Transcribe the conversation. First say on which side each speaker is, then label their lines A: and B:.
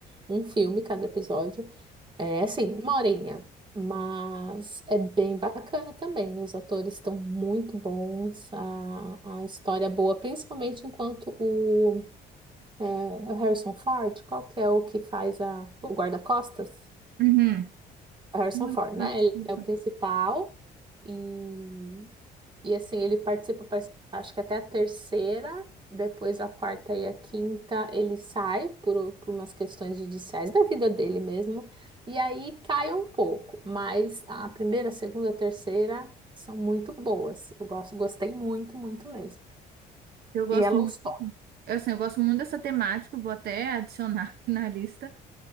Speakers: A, on the right; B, on the right.
A: um filme cada episódio. É assim, uma horinha. Mas é bem bacana também. Os atores estão muito bons, a, a história é boa, principalmente enquanto o, é, é o Harrison Ford, qual que é o que faz a, o guarda-costas?
B: Uhum.
A: Harrison
B: Não
A: Ford, né?
B: participo.
A: Ele é o principal e, e assim, ele participa, parece- acho que até a terceira, depois a quarta e a quinta, ele sai por, por umas questões judiciais da vida dele mesmo, e aí cai um pouco, mas a primeira, a segunda, a terceira são muito boas. Eu gosto, gostei muito, muito mesmo.
B: Eu gosto,
A: E Yellowstone.
B: mu- assim, eu gosto muito dessa temática, vou até adicionar <laughs> aqui na lista.